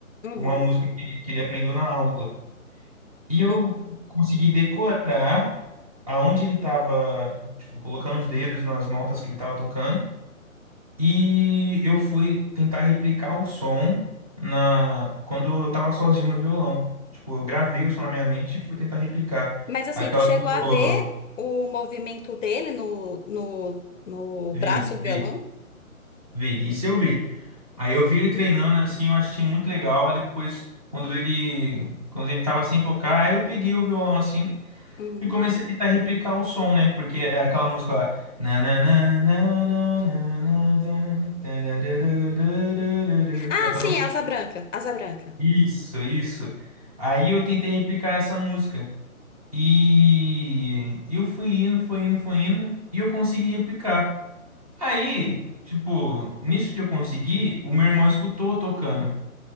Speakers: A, on the left; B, on the right.
A: uhum,
B: uma música que ele, que ele aprendeu na aula. E eu
A: uhum.
B: consegui decorar aonde ele estava, tipo, colocando os dedos nas notas que ele estava tocando. E eu fui tentar replicar o som na quando eu estava sozinho no violão. Tipo, eu gravei o som na minha mente e fui tentar replicar.
A: Mas assim,
B: Aquela
A: tu chegou
B: do
A: a ver o movimento dele no, no, no
B: Vi,
A: braço do
B: Vi.
A: violão?
B: Vi, isso eu vi. Aí eu vi ele treinando assim, eu achei muito legal. Aí depois, quando ele quando ele tava sem tocar, aí eu peguei o violão assim
A: Uhum.
B: e comecei a tentar replicar o som, né? Porque é aquela música lá. na, na, na, na, na, na, na, na, tarararararara.
A: Ah,
B: Só que eu
A: sim,
B: não.
A: é asa branca, asa branca.
B: Isso, isso. Aí eu tentei replicar essa música. E eu fui indo, fui indo, fui indo, e eu consegui replicar. Aí, tipo, nisso que eu consegui, o meu irmão escutou eu tocando.